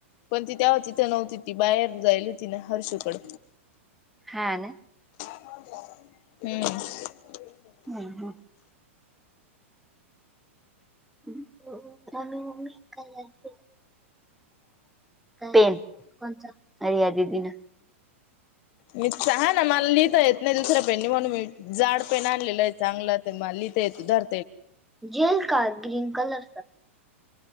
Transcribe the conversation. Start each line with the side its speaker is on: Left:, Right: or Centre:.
Left: पण ती तेव्हा तिथं नव्हती ती, बाहेर जाईल होती ना हर्षूकड.
Centre: हा ना
Left: हम्म.
Centre: हम्म ह. <unintelligible> पेन कोनाचा. अरे या दीदीन.
Left: मी चहा ना. मला लिहिता येत नाही दुसऱ्या पेननी म्हणून मी जाड पेन आणलेलं आहे चांगला. मला लिहिता येत धर.
Centre: जेल का ग्रीन कलरचा